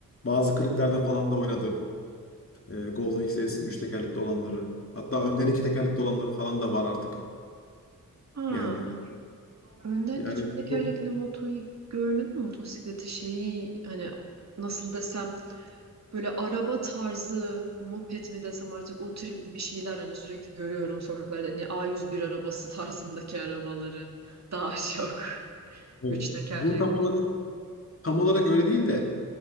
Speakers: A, on the left (about 40°); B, on the right (about 50°).
A: Bazı kliplerde falan da oynadı. Ee, Golden X serisinin üç tekerlekli olanları. Hatta önden iki tekerlekli olanları falan da var artık.
B: Ha.
A: Yani
B: Önden
A: yani
B: iki tekerlekli
A: çok-
B: motoyu görmedin mi motosikleti şeyi hani nasıl desem böyle araba tarzı moped mi desem artık o tür bir şeyler hani sürekli görüyorum sokaklarda hani A101 arabası <laughs> tarzındaki arabaları daha çok
A: evet.
B: üç tekerlekli.
A: Bu tam olarak Tam olarak öyle değil de